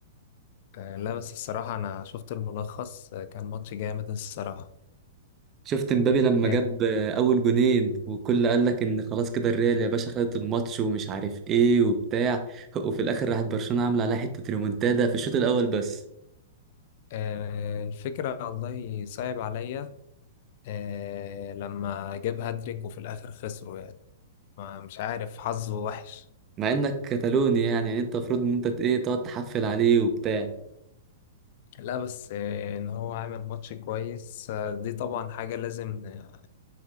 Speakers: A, on the left; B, on the right.
A: آه، لا بس الصراحة أنا شفت الملخص آه، كان ماتش جامد الصراحة
B: شفت مبابي لما
A: آه،
B: جاب اول جونين والكل قال لك ان خلاص كده الريال يا باشا خدت الماتش ومش عارف ايه وبتاع وفي الاخر راحت برشلونة عامله عليها حتة ريمونتادا في الشوط الاول بس
A: آه، الفكرة والله صعب عليا آه، لما جاب هاتريك وفي الآخر خسروا يعني ما مش عارف حظه وحش
B: مع انك كتالوني يعني يعني انت المفروض ان انت ت- ايه تقعد تحفل عليه وبتاع
A: لا بس آه، ان هو عامل ماتش كويس آه، دي طبعا حاجة لازم آه،